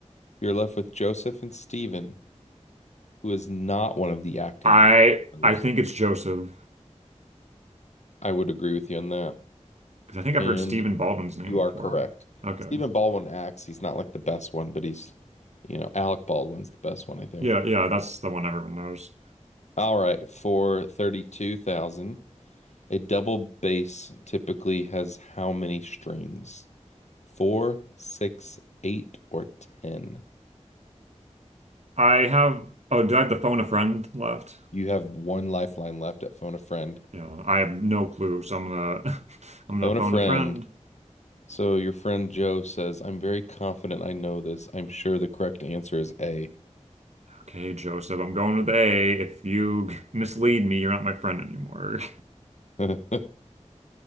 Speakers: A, on the left; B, on the right.
A: You're left with Joseph and Stephen. who is not one of the acting
B: I
A: brothers.
B: I think it's Joseph
A: I would agree with you on that.
B: because I think I've
A: And
B: heard Stephen Baldwin's name
A: you
B: before.
A: are correct.
B: Okay.
A: Stephen Baldwin acts. He's not like the best one, but he's, you know, Alec Baldwin's the best one, I think.
B: Yeah, yeah, that's the one everyone knows.
A: All right, for 32,000, a double bass typically has how many strings? Four, six, eight, or 10?
B: I have oh, do I have the phone a friend left?
A: You have one lifeline left at Phone a Friend.
B: Yeah, I have no clue, so I'm gonna <laughs> I'm
A: Phone
B: gonna phone
A: a Friend
B: a friend.
A: So your friend Joe says, I'm very confident I know this. I'm sure the correct answer is A.
B: Okay, Joseph, I'm going with A. If you mislead me, you're not my friend anymore.
A: <laughs>